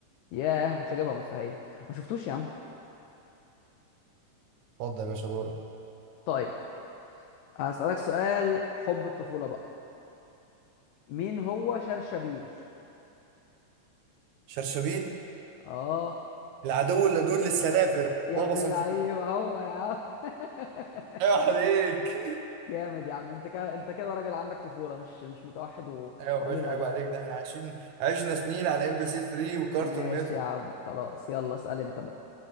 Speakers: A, on the left; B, on the right.
A: ياه ما كنتش هجيبها مستحيل ما شفتوش يا عم
B: اتفضل يا باشا دورك
A: طيب هسألك سؤال حب الطفولة بقى مين هو شرشبيل
B: شرشبيل
A: اه
B: العدو اللدود للسنافر
A: يا
B: بابا
A: ابن
B: صنفور
A: اللعيبة هو يا عم <laughs>
B: ايوه عليك <laughs> ايوه
A: جامد يا عم انت كده انت كده راجل عندك طفولة مش مش متوحد و...
B: يا
A: وقليل
B: باشا
A: ادب
B: عيب عليك ده احنا عايشين عشنا سنين على ام بي سي 3 وكارتون
A: ماشي
B: نتورك
A: يا عم خلاص يلا اسأل انت بقى